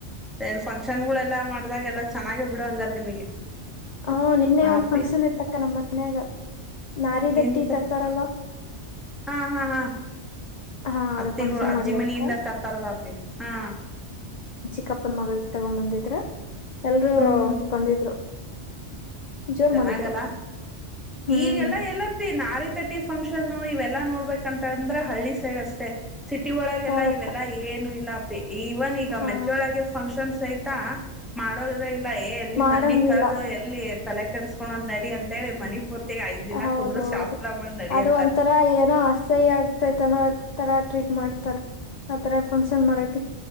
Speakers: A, in the centre; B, on the left.
A: ಎಲ್ಲಿ ಫಂಕ್ಷನ್ ಗಳೆಲ್ಲ ಮಾಡ್ದಾಗ ಎಲ್ಲ ಚೆನ್ನಾಗ ಬಿಡ ಹಂಗರ್ ನಿಮಗೆ
B: ಹ ನಿನ್ನೆ
A: ಹಾ
B: ಒಂದ
A: ಅಪ್ಪಿ
B: ಫಂಕ್ಷನ್ ಇತ್ತಕ್ಕ ನಮ್ಮ ಮನ್ಯಾಗ ನಾರ ದಟ್ಟಿ
A: ಏನಿತ್ತ
B: ತರ್ತಾರಲ್ಲ
A: ಹಾ ಹಾ ಹಾ
B: ಹಾ ಅದು
A: ಅತ್ತಿಗೂ
B: ಫಂಕ್ಷನ್
A: ಅಜ್ಜಿ
B: ಮಾಡಿದಾರಕ್ಕ
A: ಮನಿಯಿಂದ ತರ್ತಾರಲ್ಲ ಅಪ್ಪಿ ಹಾ
B: ಕ್ಕಪ್ಪನ ಮಗಳಿಗೆ ತಗೊಂಡ್ ಬಂದಿದ್ರ ಎಲ್ರು
A: ಹ್ಮ್ ಹ್ಮ್
B: ಬಂದಿದ್ರು ಜೋರ್
A: ಚೆನ್ನಾಗಲ್ಲ
B: ಮಾಡಿದ್ರು ಹ್ಮ್
A: ಈಗೆಲ್ಲ ಎಲ್ಲಪ್ಪ ನ ರತಿ ತಟಿ ಫಂಕ್ಷನ್ ಇವೆಲ್ಲಾ ನೋಡ್ಬೇಕಂತ ಅಂದ್ರೆ ಹಳ್ಳಿ ಸೈಡ್ ಅಷ್ಟೇ ಸಿಟಿ ಒಳಗೆ ಎಲ್ಲ
B: ಹೌದಕ್ಕ
A: ಇವೆಲ್ಲ ಏನು ಇಲ್ಲ ಪ ಇವನ್ ಈಗ
B: ಹಾ
A: ಮೆಚ್ಚೋಳಗ ಫಂಕ್ಷನ್ಸ್ ಐತ ತ್ತ ಮಾಡೋದ ಇಲ್ಲ ಏ ಎಲ್ಲಿ
B: ಮಾಡಂಗಿಲ್ಲ
A: ಮಂದಿ ಕರ್ದು ಎಲ್ಲಿ ತಲೆ ಕೆಡಸ್ಕೊಳೋದ್ ನಡಿ ಅಂತ ಹೇಳಿ ಮನಿ ಪೂರ್ತಿಗೆ ಐದ್ ದಿನ
B: ಹೌದ
A: ಕುಂದ್ರು
B: ಹೌದು
A: ಶಾಸ್ತ್ರ ಮಾಡ್ ನಡಿ
B: ಅದು
A: ಅಂತಾರ.
B: ಒಂಥರ ಏನೋ ಅಸಹ್ಯ ಆಗ್ತೈತಾನೋ ತರ ಟ್ರೀಟ್ ಮಾಡ್ತಾರ ಆತರ ಫಂಕ್ಷನ್ ಮಾಡಕ